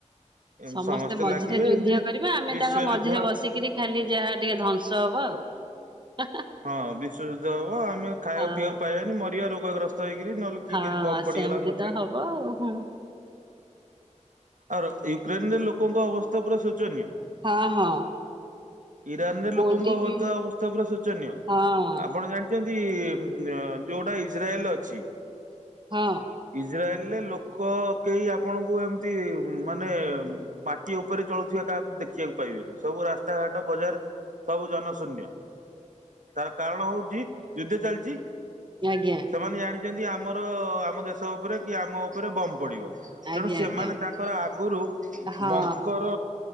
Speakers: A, on the right; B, on the right.
A: ଏମିତି
B: ସମସ୍ତେ ମଝିରେ
A: ଲାଗିବେ
B: ଯୁଦ୍ଧ
A: ଏମିତି
B: କରିବା ଆମେ
A: ବିଶ୍ଵଯୁଦ୍ଧ
B: ତାଙ୍କ ମଝିରେ ବସିକିରି ଖାଲି ଯାହା ଟିକେ ଧ୍ୱଂସ ହବ ଆଉ।
A: ହଁ ବିଶ୍ୱଯୁଦ୍ଧ ହବ ଆମେ ଖାଇବା
B: ଆଉ।
A: ପିଇବାକୁ ପାଇବାନି ମରିବା ରୋଗଗ୍ରସ୍ତ ହେଇକିରି ନହେଲେ କିଏ
B: ହଁ
A: କିଛି ବମ୍ ପଡିଗଲା
B: ସେମିତି
A: ମରିଯିବା।
B: ତ ହବ ଆଉ ହୁଁ।
A: ଆଉ ୟୁକ୍ରେନ ରେ ଲୋକଙ୍କ ଅବସ୍ଥା ପୁରା ଶୋଚନୀୟ।
B: ହଁ ହଁ।
A: ଇରାନରେ
B: ପୁଅଟି
A: ଲୋକଙ୍କ ଅବସ୍ଥା
B: ବି
A: ଅବସ୍ଥା ପୁରା ଶୋଚନୀୟ
B: ହଁ
A: ଆପଣ ଜାଣିଛନ୍ତି। ନ୍ତି ଅମ୍ ଯୋଉଟା ଇଜ୍ରାଏଲ ଅଛି ଇଜ୍
B: ହଁ
A: ଇଜ୍ରାଏଲରେ ଲୋକ କେହି ଆପଣଙ୍କୁ ଏମ ମାନେ ମାଟି ଉପରେ ଚଳୁଥିବା କାହାକୁ ଦେଖିବାକୁ ପାଇବେନି ସବୁ ରାସ୍ତାଘାଟ ବଜାର ସବୁ ଜନଶୂନ୍ୟ ତାର କାରଣ ହଉଛି ଯୁଦ୍ଧ ଚାଲିଛି
B: ଆଜ୍ଞା
A: ସେମାନେ ଜାଣିଛନ୍ତି ଆମର ଆମର ଆମ ଦେଶ ଉପରେ କି ଆମ ଉପରେ ବମ୍ ପଡିବ।
B: ଆଜ୍ଞା
A: ତେଣୁ ସେମାନେ
B: ଆଜ୍ଞା।
A: ତାଙ୍କର ଆଗରୁ
B: ହଁ
A: ବଙ୍କର